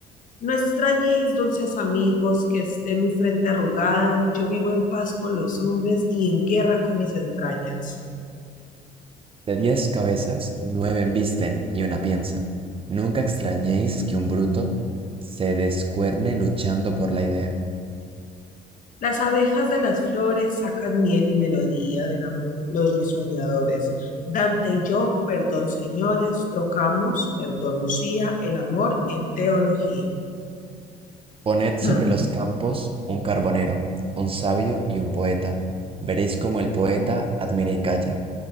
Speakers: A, on the left (about 50°); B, on the right (about 35°).
A: No extrañéis, dulces amigos, que esté mi frente arrugada. Yo vivo en paz con los hombres y en guerra con mis entrañas.
B: De diez cabezas, nueve embisten y una piensa. Nunca extrañéis que un bruto se descuerne luchando por la idea.
A: Las abejas de las flores sacan miel y melodía del amor, los risueñadores. Dante y yo, perdón señores, trocamos, perdón Lucía, el amor en teología.
B: Poned sobre
A: <clears throat>
B: los campos un carbonero, un sabio y un poeta. Veréis cómo el poeta admira y calla.